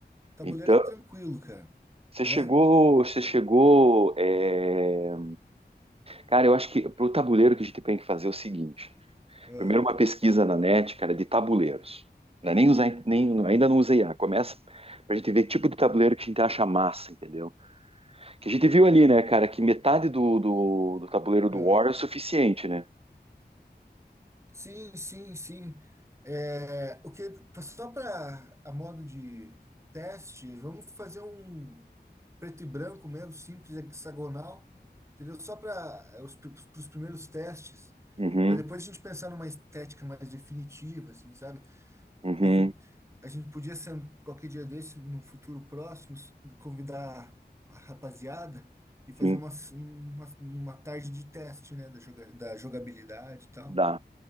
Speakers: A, on the right (about 15°); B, on the right (about 35°).
A: Tabuleiro
B: Então,
A: é tranquilo, cara,
B: você
A: né?
B: chegou, você chegou, é, cara, eu acho que pro tabuleiro que a gente tem que fazer é o seguinte.
A: Ah,
B: Primeiro uma pesquisa na net, cara, de tabuleiros. Não é nem usar, nem, ainda não usei I a. Começa pra gente ver que tipo de tabuleiro que a gente acha massa, entendeu? Que a gente viu ali, né, cara, que metade do, do, do tabuleiro do
A: ah.
B: War é o suficiente, né?
A: Sim, sim, sim. É, o que, só para a modo de teste, vamos fazer um preto e branco mesmo, simples, hexagonal, entendeu? Só para os, pri- pros primeiros testes,
B: Uhum,
A: para depois a gente pensar numa estética mais definitiva, assim, sabe?
B: uhum,
A: É que a gente podia ser, qualquer dia desse, no futuro próximo, s- convidar a rapaziada e fazer
B: sim,
A: uma, s- uma, uma tarde de teste, né, da, joga, da jogabilidade e tal.
B: dá.